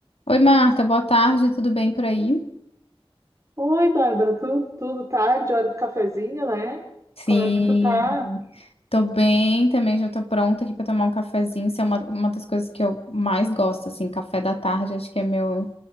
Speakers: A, on the left; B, on the right.
A: Oi, Marta, boa tarde, tudo bem por aí?
B: Oi, Bárbara, tudo, tudo tarde, hora do cafezinho, né?
A: Sim,
B: Como é que tu tá?
A: tô bem também, já tô pronta aqui pra tomar um cafezinho. Isso é uma, uma das coisas que eu mais gosto, assim, café da tarde, acho que é meu,